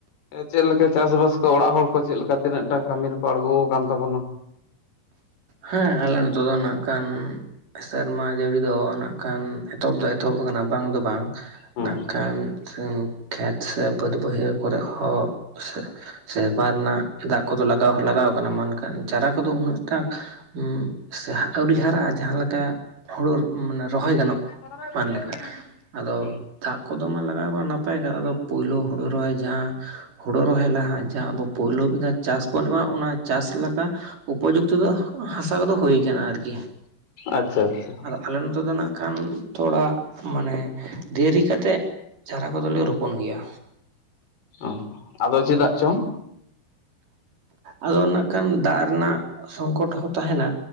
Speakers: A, on the left (about 70°); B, on the right (about 50°).
A: ᱪᱮᱫ ᱞᱮᱠᱟ ᱪᱟᱥᱵᱟᱥ ᱠᱚ ᱚᱲᱟᱜ ᱦᱚᱲ ᱠᱚ ᱪᱮᱫ ᱞᱮᱠᱟ ᱛᱤᱱᱟᱹ ᱴᱟ ᱠᱟᱹᱢᱤ ᱨᱮᱠᱚ ᱟᱲᱜᱚᱣᱟ ᱟᱠᱟᱱ ᱛᱟᱵᱚᱱᱟ?
B: ᱦᱮᱸ ᱟᱞᱮ ᱱᱤᱛᱚᱜ ᱫᱚ ᱱᱟᱜ ᱠᱷᱟᱱ ᱥᱮᱨᱢᱟ ᱡᱟᱹᱲᱤ ᱫᱚ ᱱᱟᱜ ᱠᱷᱟᱱ ᱮᱛᱚᱦᱚᱵ ᱫᱚ ᱮᱛᱚᱦᱚᱵ ᱟᱠᱟᱱᱟ ᱵᱟᱝ ᱫᱚ ᱵᱟᱝ᱾
A: ᱦᱩᱸ
B: ᱱᱟᱜ ᱠᱷᱟᱱ ᱠᱷᱮᱛ ᱥᱮ ᱵᱟᱹᱫᱽ ᱵᱟᱹᱭᱦᱟᱹᱲ ᱠᱚᱨᱮ ᱦᱚᱸ᱾ ᱥᱮᱨᱢᱟ ᱨᱮᱱᱟᱜ ᱫᱟᱜ ᱠᱚᱫᱚ ᱞᱟᱜᱟᱣ ᱦᱚᱸ ᱞᱟᱜᱟᱣ ᱠᱟᱱᱟ ᱢᱮᱱᱠᱷᱟᱱ ᱪᱟᱨᱟ ᱠᱚᱫᱚ ᱩᱱᱟᱹᱜ ᱴᱟᱝ᱾ ᱩᱸ ᱥᱮ ᱟᱹᱣᱨᱤ ᱦᱟᱨᱟᱜᱼᱟ ᱡᱟᱦᱟᱸ ᱞᱮᱠᱟ ᱦᱩᱲᱩ ᱢᱟᱱᱮ ᱨᱚᱦᱚᱭ ᱜᱟᱱᱚᱜ᱾
A: <unintelligible>
B: ᱢᱟᱱ ᱞᱮᱠᱟ ᱟᱫᱚ
A: ᱦᱩᱸ
B: ᱫᱟᱜ ᱠᱚᱫᱚ ᱢᱟ ᱞᱟᱜᱟᱣ ᱠᱟᱱᱟ ᱱᱟᱯᱟᱭ ᱠᱟ ᱟᱫᱚ ᱯᱳᱭᱞᱳ ᱦᱩᱲᱩ ᱨᱚᱦᱚᱭ ᱡᱟᱦᱟᱸ᱾ ᱦᱩᱲᱩ ᱨᱚᱦᱚᱭ ᱞᱟᱦᱟ ᱡᱟ ᱟᱵᱚ ᱯᱳᱭᱞᱳ ᱢᱤᱫ ᱪᱟᱥ ᱵᱚᱱ ᱮᱢᱟ ᱚᱱᱟ ᱪᱟᱥ ᱞᱮᱠᱟ ᱩᱯᱚᱡᱩᱠ᱾ ᱛᱩᱫᱩᱜᱼᱟ ᱦᱟᱥᱟ ᱠᱚᱫᱚ ᱦᱩ ᱟᱠᱟᱱᱟ ᱟᱨᱠᱤ᱾
A: ᱟᱪᱪᱷᱟ ᱟᱪᱪᱷᱟ,
B: ᱟᱫᱚ ᱟᱞᱮ ᱱᱚᱛᱮ ᱫᱚ ᱱᱟᱜ ᱠᱷᱟᱱ ᱛᱷᱚᱲᱟ ᱢᱟᱱᱮ ᱫᱮᱨᱤ ᱠᱟᱛᱮᱫ᱾ ᱪᱟᱨᱟ ᱠᱚᱫᱚᱞᱮ ᱨᱚᱯᱚᱱ ᱜᱮᱭᱟ,
A: ᱚ ᱟᱫᱚ ᱪᱮᱫᱟᱜ ᱪᱚᱝ?
B: ᱟᱫᱚ ᱱᱟᱜ ᱠᱷᱟᱱ ᱫᱟᱜ ᱨᱮᱱᱟᱜ ᱥᱚᱝᱠᱚᱴ ᱦᱚᱸ ᱛᱟᱦᱮᱱᱟ᱾